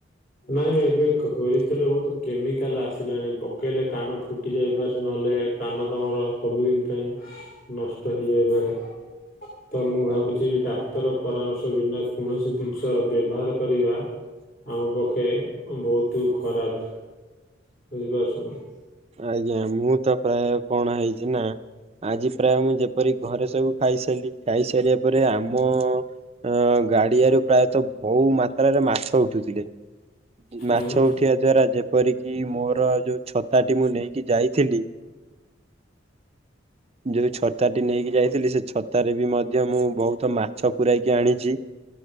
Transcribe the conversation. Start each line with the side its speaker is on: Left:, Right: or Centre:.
Left: ନାଇଁ ଏବେ ସୋରିଷ ତେଲ ବୋହୁତ୍ କେମିକାଲ ଆସିଲାଣି ପକାଇଲେ କାନ ଫୁଟି ଯାଇପାରେ ନହେଲେ କାନ ତମର ସବୁଦିନ ପାଇଁ ନଷ୍ଟ ହେଇଯାଇପାରେ ତ ମୁଁ ଭାବୁଛି ଡାକ୍ତର ପରାମର୍ଶ ବିନା କୌଣସି ଜିନିଷ ବ୍ୟବହାର କରିବା ଆମ ପକ୍ଷେ ବହୁତ ଖରାପ ବୁଝିପାରୁଚନା।
Right: ଆଜ୍ଞା ମୁଁ ତ ପ୍ରାୟ କନା ହେଇଛି ନା ଆଜି ପ୍ରାୟ ମୁଁ ପରି ଘରେ ସବୁ ଖାଇସାରିଲି ଖାଇସାରିବା ପରେ ଆମ ଅ ଗାଡିଆରୁ ପ୍ରାୟତଃ ବହୁ ମାତ୍ରାରେ ମାଛ ଉଠୁଥିଲେ।
Left: ହଁ।
Right: ମାଛ ଉଠିଆ ଦ୍ୱାରା ଯେପରିକି ମୋର ଯୋଉ ଛତାଟି ମୁଁ ନେଇକି ଯାଇଥିଲି। ଯୋଉ ଛତା ଟି ନେଇକି ଯାଇଥିଲି ସେ ଛତା ରେ ବି ମଧ୍ୟ ମୁଁ ବହୁତ ମାଛ ପୁରାଇକି ଆଣିଚି।